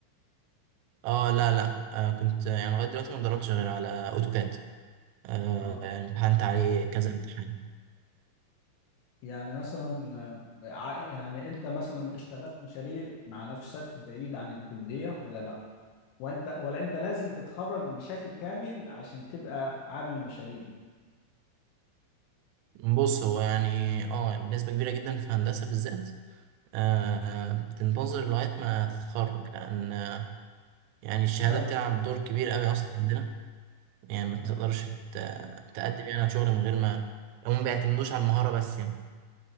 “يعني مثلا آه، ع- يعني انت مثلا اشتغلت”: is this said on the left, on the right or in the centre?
Left